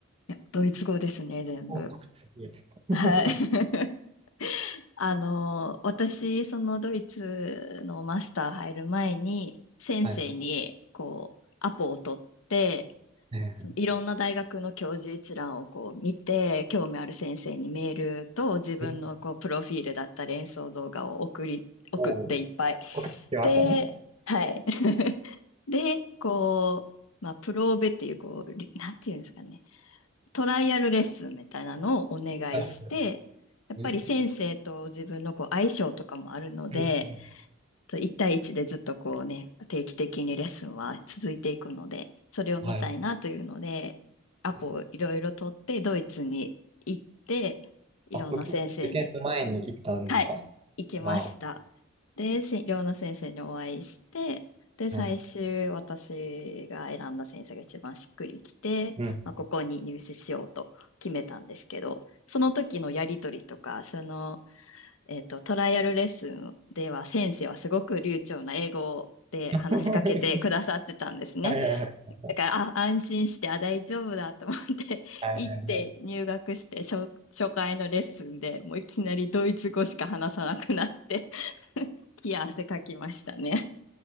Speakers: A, on the left; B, on the right.
A: いや、ドイツ語ですね、全部。
B: おいえ <laughs>。
A: はい。あの、私、そのドイツのマスター入る前に、先生に、
B: はい。
A: こう、アポを取って、
B: え
A: そのいろんな大学の教授一覧をこう見て、興味ある先生にメールと自分のこうプロフィールだったり演奏動画を送り、
B: ー
A: 送っていっぱい。
B: おお。わかけてましたね。
A: で、はい。<laughs> で、こう、まあ、プローベっていう、こう、りなんていうんですかね。トライアルレッスンみたいなのをお願いして、
B: はい。
A: やっぱり先生と自分のこう相性とかもあるので、
B: えーうんうん
A: 1対1でずっとこうね、定期的にレッスンは続いていくので、それを見たいなというので、
B: はい
A: アポをいろいろ取って、
B: えー
A: ドイツに行って、いろんな先生に
B: あ、受け受験の前に行ったんですか
A: はい、行きました。
B: わ
A: で、せ寮の先生にお会いして、で、最終私が選んだ先生が一番しっくりきて、
B: あ、はい。うん。
A: まあ、ここに入試しようと決めたんですけど、その時のやり取りとか、その、えっと、トライアルレッスンでは先生はすごく流暢な英語で話しかけてくださってたんですね。
B: <laughs> はいはいはい。
A: だから、あ、安心して、あ、大丈夫だと思って、
B: はいはいはい。
A: <laughs> 行って入学して、初、初回のレッスンでもういきなりドイツ語しか話さなくなって、<laughs> 冷や汗かきましたね。